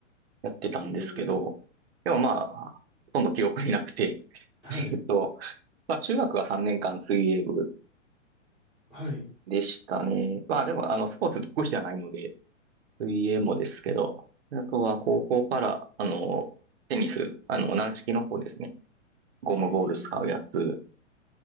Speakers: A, on the right; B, in the centre.
A: やってたんですけど、
B: おー、
A: でもまあ、ほとんど記憶になくて、<laughs>
B: はい、
A: えっと、まあ中学は3年間水泳部
B: はい、
A: でしたね。まあでも、あの、スポーツ得意じゃないので、水泳もですけど、あとは高校から、あの、テニス、あの、軟式の方ですね。ゴムボール使うやつ
B: えー、